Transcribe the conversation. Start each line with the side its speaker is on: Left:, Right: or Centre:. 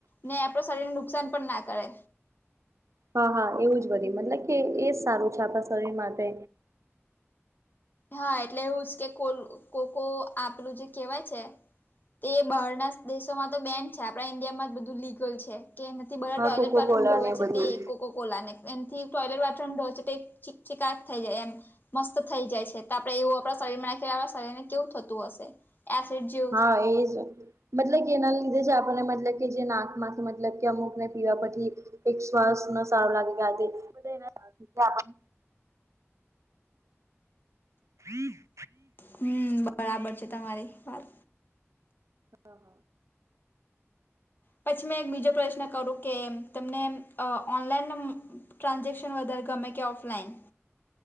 Left: ને આપણા શરીરને નુકસાન પણ ના કરે.
Right: હા હા એવું જ બ્યું મતલબ કે એજ સારું છે આપણા શરીર માટે
Left: હા એટલે એવું છે કે કોલ કોકો આપલું જે કેહેવાય છે. તે બહારના દેશોમાં તો બેન્ડ છે આપણા ઈન્ડિયા માં જ બધું લીગલ છે. કે નથી બરા
Right: હા
Left: ટોયલેટ
Right: કોકો
Left: બાથરૂમ
Right: કોલા
Left: ઢોવે
Right: ને
Left: છે
Right: બધું
Left: તે કોકોકો ઓલાને એમથી ટોયલેટ બાથમોચ ચીકચીકાટ થઈ જાય એમ મસ્ત થઈ જાય છે. તો આપડે એવું આપણા શરીરમાં નાખીએ આપણા શરીર ને કેવું થતું હશે. એસિડ જેવ
Right: હા એજ મતલબ કે એના લીધે જ આપણને મતલબ કે જે નાક માંથી મતલબ કે અમુક ને પીવા પછી એક શ્વાસ ન સારું લાગે કે આ <unintelligible> <inaudible>
Left: હમ્મ બરાબર છે તમારી વાત
Right: હ હ
Left: પછી મેં એક બીજો પ્રશ્ન કરું કે તમને ઓનલાઈન ટ્રાન્ઝેક્શન વધારે ગમે કે ઓફલાઈન?